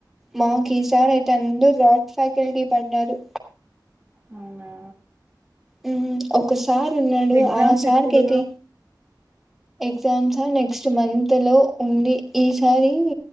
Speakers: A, in the centre; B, on the right.
A: మాకు
B: హ్మ్
A: ఈసారి అయితే అందరు రాడ్ ఫ్యాకల్టీ పడ్డారు
B: అవునా
A: ఊ ఒక సార్ ఉన్నాడు
B: ఎగ్జామ్స్
A: ఆ సార్
B: ఎప్పుడు
A: కి అయితే ఎగ్జామ్సా నెక్స్ట్ మంత్ లో ఉంది ఈసారి